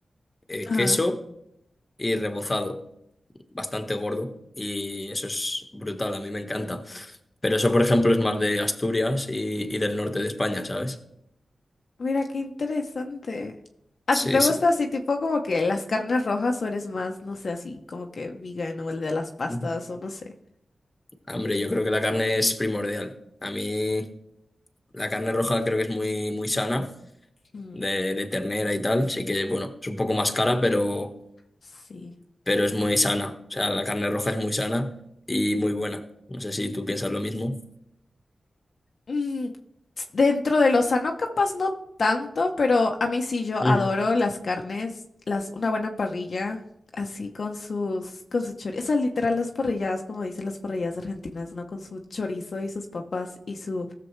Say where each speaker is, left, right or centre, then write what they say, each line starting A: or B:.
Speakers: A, on the left (about 30°); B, on the left (about 65°).
A: eh,
B: Ajá.
A: queso y rebozado, bastante gordo. Y eso es brutal, a mí me encanta. Pero eso, por ejemplo, es más de Asturias y, y del norte de España, ¿sabes?
B: Mira, qué interesante. ¿A
A: Sí,
B: ti te gusta
A: sí.
B: así tipo como que las carnes rojas o eres más, no sé, así como que vegan o el de las pastas
A: Ujú.
B: o no sé?
A: Hombre, yo creo que la carne es primordial. A mí la carne roja creo que es muy, muy sana,
B: Mm,
A: de, de ternera y tal. Sí que, bueno, es un poco más cara, pero...
B: sí.
A: pero es muy sana. O sea, la carne roja es muy sana y muy buena. No sé si tú piensas lo mismo.
B: Mm, s- dentro de lo sano capaz no tanto, pero a mí sí yo
A: Ujú.
B: adoro las carnes, las, una buena parrilla, así con sus, con su chorizo, o sea, literal las parrilladas, como dicen las parrilladas argentinas, ¿no? Con su chorizo y sus papas y su,